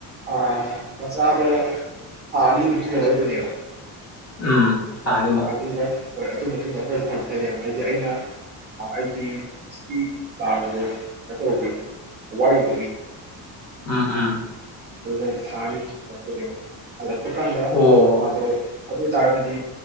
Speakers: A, on the right; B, on the left.
A: ꯑ ꯃꯆꯥꯗꯣ ꯊꯥ ꯑꯅꯤꯃꯨꯛ ꯂꯩꯔ ꯂꯧꯗꯧꯅꯦꯕ
B: ꯎꯝ ꯊꯥ ꯑꯅꯤꯃꯨꯛ
A: ꯑꯗꯨꯒ ꯍꯣꯏ ꯑꯗꯨ ꯃꯇꯨꯡꯗ ꯑꯩꯈꯣꯏ ꯐꯉꯛꯇꯅꯦꯕ ꯍꯥꯏꯗꯤ ꯑꯩꯅ ꯑꯩꯒꯤ ꯑꯁꯤꯒꯤ ꯄꯥꯕꯗꯣ ꯀꯩꯅꯣ ꯇꯧꯔꯨꯕꯒꯤ ꯑꯋꯥꯏꯔꯨꯕꯒꯤ
B: ꯑꯝ ꯎꯝ
A: ꯊꯥ ꯑꯅꯤ ꯍꯜꯂꯛꯄꯅꯦꯕ ꯍꯜꯂꯛꯄꯀꯥꯟꯗ
B: ꯑꯣ
A: ꯃꯥꯗꯣ ꯑꯗꯨ ꯑꯣꯏꯇꯥꯔꯒꯗꯤ